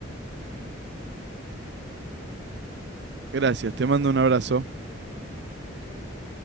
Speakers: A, on the left; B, on the right.
A: Claro que sí, Nicolás, que te vaya muy bien en el trabajo.
B: Gracias, te mando un abrazo.
A: Un abrazo, chao.